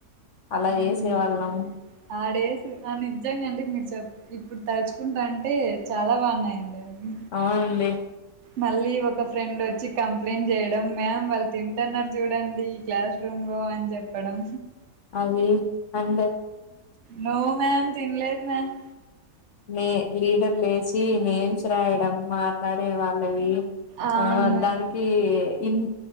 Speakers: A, on the left; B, on the right.
A: అలా
B: అవునండి
A: వేసేవాళ్ళం
B: ఆ డేస్ ఆ నిజంగా అంటే మీరు చెప్ ఇప్పుడు తల్చుకుంటాంటే చాలా బాగున్నాయండి అవి
A: అవునండి
B: మళ్ళీ ఒక ఫ్రెండ్ వచ్చి కంప్లైంట్ చేయడం మ్యామ్ వాళ్ళు తింటన్నారు చూడండి క్లాస్ రూమ్ లో అని చెప్పడం
A: అది అండ్
B: నో మ్యామ్ తిన్లేదు మ్యామ్
A: మే లీడర్ లేసి నేమ్స్ రాయడం మా మాట్లాడే వాళ్ళవి
B: అవును
A: ఆ
B: మ్యామ్
A: దానికి ఇన్